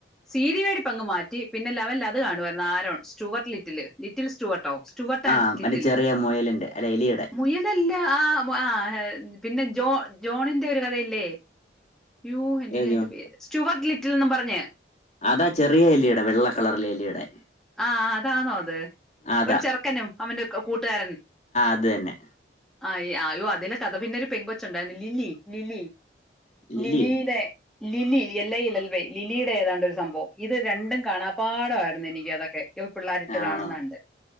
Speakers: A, in the centre; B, on the left (about 40°).
A: സീഡി വേടിപ്പങ്‌ മാറ്റി. പിന്നെ ലെവൻ ലത് കാണുമായിരുന്നു. ആരോൺ സ്റ്റുവർട്ട്ലിറ്റിൽ, ലിറ്റിൽ സ്റ്റുവർട്ടോ, സ്റ്റുവർട്ട്
B: ആ
A: ആൻ് ലിറ്റിൽ
B: മറ്റേ ചെറിയ മൊയലിൻ്റെ അല്ല എലിയുടെ.
A: മുയലല്ല ആ ആ പിന്നെ ജോ ജോണിന്റെ ഒരു കഥയില്ലേ? യോ. എന്ത്ക്കാ
B: ഏത്
A: ആയിന്റെ
B: ജോ-
A: പേര് സ്റ്റുവർട്ട് ലിറ്റിൽന്നും പറഞ്.
B: അതാ ചെറിയ എലിയടെ വെള്ള കളറിലെ എലിടെ.
A: ആആ അതാണോ? അത്
B: അതാ
A: ഒരു ചെറുക്കനും അവന്റെ കൂട്ടുകാരൻ.
B: അതന്നെ.
A: ആ അയ്യോ അതിലെ കഥ പിന്നെ ഒരു പെങ്കൊച്ചുണ്ടായിരുന്നു ലില്ലി ലില്ലി.
B: ലില്ലിയോ
A: ലില്ലിലെ ലിലിയിൽ എല്ലൽ. എൽവൈ ലില്ലിയുടെ ഏതാണ്ട് ഒരു സംഭവം ഇത് രണ്ടും കാണാപ്പാടായിരുന്നു എനിക്ക തൊക്കെ. ഇ പിള്ളേരിട്ട്
B: ആണോ
A: കാണുന്നുണ്ട്.